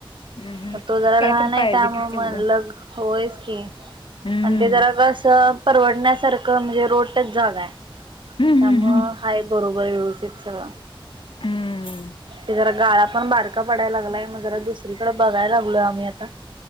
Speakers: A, on the left; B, on the right.
A: हम्म
B: मग तो जरा
A: काय
B: लहान
A: तर
B: आहे
A: पाहिजे
B: त्यामुळं
A: कि तेवढं
B: म्हणलं लग होयच की
A: हम्म
B: आणि ते जरा ग असं परवडण्यासारखं म्हणजे रोडटच जागा आहे
A: हम्म
B: तम
A: हम्म हम्म
B: हाई बरोबर व्यवस्थित सगळ.
A: हम्म
B: क जरा गाळा पण बारका पडाय लागलाय मग जरा दुसरीकडें बघाय लागलो आम्ही आता